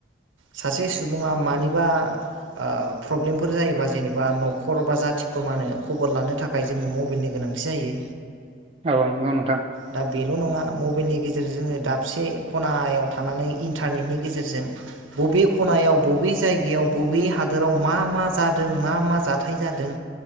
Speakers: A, on the right (about 80°); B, on the right (about 30°).
A: सासे सुबुङा मानिबा ओ प्रब्लेमफोर जायोबा जेनेबा न'खर बा जाथि खुरमानो खबर लानो थाखाय जोंनो मबेलनि गोनां थि जायो
B: औ नंगौ नोंथां।
A: दा बेल' नङा मबेलनि गेजेरजों जोङो दाबसे खनायाव थानानै इन्टारनेटनि गेजेरजों बबे खनायाव बबे जायगायाव बबे हादोराव मा -मा जा दों मा मा जाथाय जादों